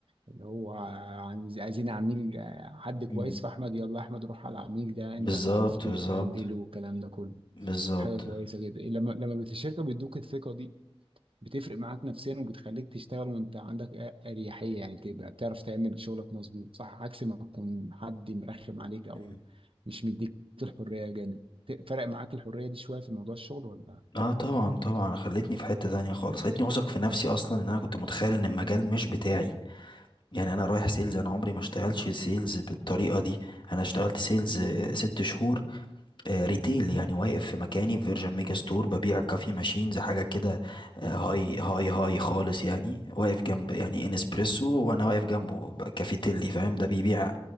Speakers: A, on the right; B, on the left.
A: اللي هو عايز- عايزين عميل حد كويس
B: مم.
A: فاحمد يلا احمد روح على العميل ده
B: بالظبط
A: انت هتعرف
B: بالظبط
A: تهندله والكلام ده كله
B: بالظبط
A: حاجة كويسة جدا لما لما بت- الشركة بيدوك الثقة دي بتفرق معاك نفسيا وبتخليك تشتغل وانت عندك أ- اريحيه يعني تبقى بتعرف تعمل شغلك مظبوط صح عكس ما تكون حد مرخم عليك او
B: مم.
A: مش مديك الحريه جامد ت- فرق معاك الحريه دي شويه في موضوع الشغل ولا
B: اه طبعا طبعا خلتني في حتة تانية خالص خلتني واثق في نفسي اصلا ان انا كنت متخيل ان المجال مش بتاعي يعني انا رايح سيلز انا عمري ما اشتغلتش سيلز بالطريقة دي انا اشتغلت سيلز آه، ست شهور آه ريتيل يعني واقف في مكاني في فيرجن ميجا ستور ببيع كافي ماشينز حاجة كده آه هاي هاي هاي خالص يعني واقف جنب يعني انسبريسو وانا واقف جنبه ب- كافيتيلي فاهم ده بيبيع